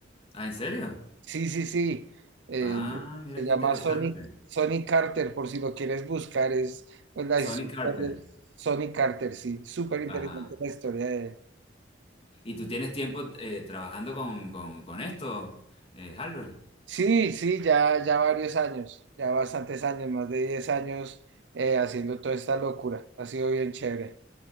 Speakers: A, on the left (about 30°); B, on the right (about 75°).
A: Ah, ¿en serio?
B: Sí, sí, sí, eh,
A: Ah, mira
B: se
A: qué
B: llama
A: interesante.
B: Sonny, Sonny Carter, por si lo quieres buscar, es pues, la
A: Sonny
B: historia
A: Carter.
B: de Sonny Carter, sí, súper interesante
A: Ajá.
B: la historia de él.
A: ¿Y tú tienes tiempo eh, trabajando con, con, con esto, eh, Albert?
B: Sí, sí, ya, ya varios años, ya bastantes años, más de 10 años eh, haciendo toda esta locura, ha sido bien chévere.